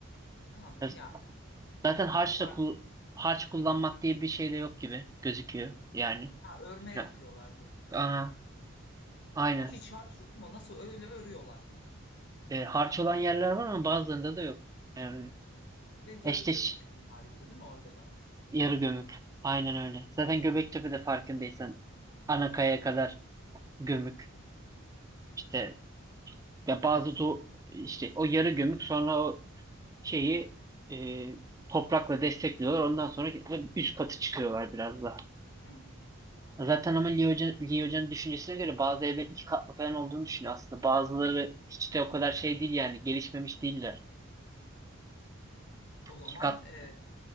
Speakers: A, on the left; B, on the right.
A: Ha,
B: Z-
A: yani
B: Zaten harçla
A: yuvarlak.
B: kul- harç kullanmak
A: Ha,
B: diye bir şey de yok gibi gözüküyor. Yani.
A: ha, örme
B: Ya.
A: yapıyorlar duvarları.
B: Aha, aynen.
A: Hiç harç yok mu? Nasıl öyle örüyorlar?
B: E, harç olan yerler var ama bazılarında da yok. Evet.
A: Ve yarı
B: Eşteş
A: gömük mimariydi değil mi orada da?
B: yarı gömük. Aynen öyle. Zaten Göbektepe de farkındaysan anakaya kadar gömük. İşte ya
A: Evet.
B: bazı do işte o yarı gömük sonra o şeyi e, toprakla destekliyorlar. Ondan sonra üst katı çıkıyorlar biraz daha.
A: Hmm,
B: Zaten ama
A: evet,
B: Lee Hoca, Lee Hoca'nın düşüncesine göre bazı evlerin iki katlı falan olduğunu düşünüyor aslında. Bazıları hiç
A: ha.
B: de o kadar şey değil yani gelişmemiş değiller.
A: O zaman
B: İki kat
A: e,